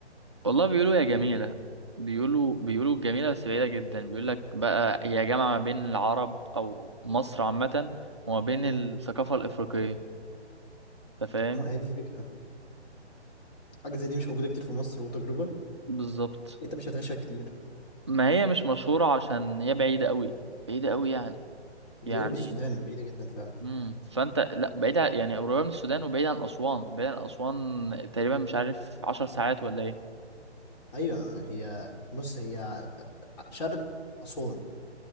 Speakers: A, on the right; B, on the left.
A: والله بيقولوا هي جميله بيقولوا بيقولوا جميله بس بعيده جدا بيقول لك بقى هي جامعه ما بين العرب او مصر عامه وما بين
B: امم
A: الثقافه الافريقيه انت فاهم
B: ما هي دي الفكره حاجه زي دي مش موجوده كتير في مصر وتجربه
A: بالظبط
B: انت مش هتعيشها كتير
A: ما هي مش مشهوره عشان هي بعيده قوي بعيده قوي يعني
B: دي
A: يعني
B: قرب السودان بعيده جدا فعلا
A: امم فانت لا بعيد عن- يعني قريبه من السودان وبعيد عن اسوان بعيد عن اسوان تقريبا مش عارف عشر ساعات ولا ايه
B: ايوه هي بص هي شرق اسوان